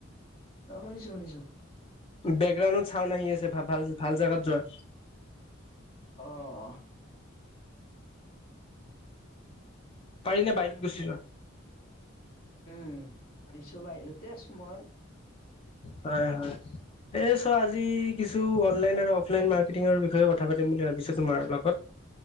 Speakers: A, on the left; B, on the left.
A: অঁ শুনিছো শুনিছো?
B: বেকগ্ৰাউণ্ডত চাউড আহি আছে ভাল ভাল জোগাত যোৱা।
A: আহ।
B: পাৰিলে বাহিৰীত গুচি যোৱা।
A: উম আহিছো বাহিৰতে আছো মই।
B: হয় হয়। এ চোৱা আজি কিছু অনলাইন আৰু অফলাইন মাৰ্কেটিঙৰ বিষয়ে কথা পাতিম বুলি ভাবিছো। তোমাৰ লগ।